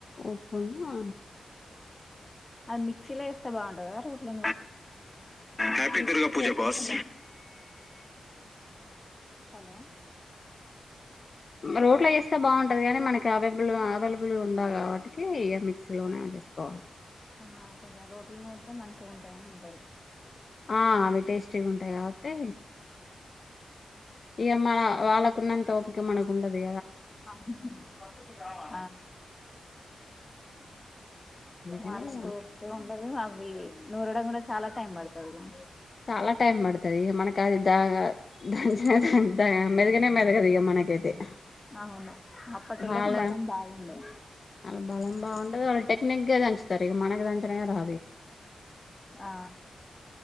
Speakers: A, on the left; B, on the left.
A: ఉప్పు నా
B: అది మిక్సీలో వేస్తే బాగుంటుందా రోట్లో హ్యాపీ
A: మిక్సీలో
B: గృహ పూజ
A: వేస్తేనే
B: బాస్
A: బా
B: హలో
A: రోట్లో వేస్త ఇ బాగుంటది కానీ మనకి అవైబుల్ అవైలబుల్ ఉండ కాబట్టి ఇక మిక్సీలోనే వేసుకోవాలి
B: ఆ కొంచెం రోట్లు నూడితే మంచిగా ఉంటాయని అంటారు
A: ఆ టేస్టీ ఉంటాయి కాబట్టి ఇక మన వాళ్ళ న్నంత ఓపిక మనకు ఉండది
B: ఆ <unintelligible>
A: అందుకని
B: వాళ్ళంతా
A: ఇగ
B: ఓపిక ఉండదు అవి నూరడం కూడా చాలా టైమ్ బడతదిగా
A: చాలా టైం పడతది మనకు అది దాగా దంచిన మెదగనే మెదగదు ఇక మనకైతే
B: అవును అప్పటిలోకి
A: వాళ్ళ
B: బలం బాగుండే
A: వాళ్ళ బలం బాగుంటది వాళటెక్నిక్గా దన్చు తరిగ మనకు దంచనే రా
B: ఆ,